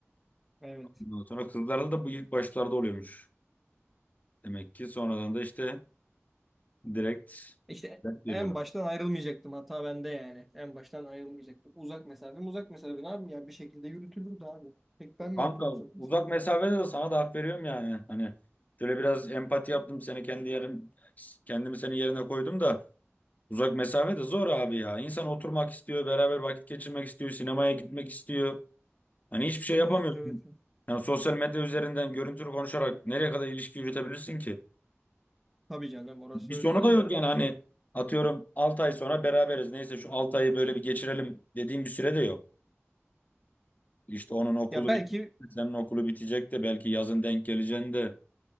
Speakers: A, in the centre; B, on the left.
A: evet.
B: Ondan sonra kızlarda da bu ilk başlarda oluyormuş. Demek ki sonradan da işte direkt,
A: İşte
B: direkt veriyorlar.
A: en baştan ayrılmayacaktım hata bende yani. En baştan ayrılmayacaktım. Uzak mesafe mi uzak mesafe ne yapayım ya bir şekilde yürütülürdü abi. Pek ben mi
B: Kanka
A: yapıyorum uzak mesafeyi?
B: uzak mesafede de sana da hak veriyorum yani. Hani şöyle biraz empati yaptım seni kendi yerim, kendimi senin yerine koydum da uzak mesafede zor abi ya. İnsan oturmak istiyor, beraber vakit geçirmek istiyor, sinemaya gitmek istiyor. Hani hiçbir şey yapamıyorsun.
A: Evet evet.
B: Yani sosyal medya üzerinden görüntülü konuşarak nereye kadar ilişki yürütebilirsin ki?
A: Tabii canım orası
B: Bir sonu
A: öyle de.
B: da yok yani hani atıyorum 6 ay sonra beraberiz. Neyse şu 6 ayı böyle bir geçirelim dediğim bir süre de yok. İşte onun okulu
A: Ya belki
B: bitecek, senin okulu bitecek de belki yazın denk geleceğin de.